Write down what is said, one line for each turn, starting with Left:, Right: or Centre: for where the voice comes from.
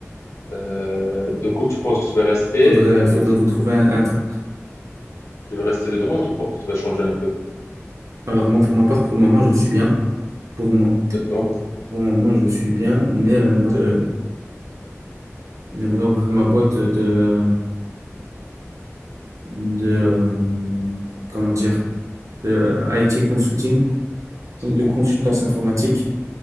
Left: euh, du coup, tu penses que tu vas rester
Right: faudrait
Left: ou
Right: faudrait vous trouver un, un tra-
Left: tu veux rester dedans ou tu penses que tu vas changer un peu?
Right: Alors moi pour ma part pour le moment je suis bien. Pour moi
Left: D'accord.
Right: pour, pour le moment je suis bien, mais euh, dans- euh, j'aimerais ouvrir ma boîte de de
Left: Mhm.
Right: euh, comment dire de IT consulting
Left: C'est
Right: donc de
Left: cool.
Right: consultance informatique.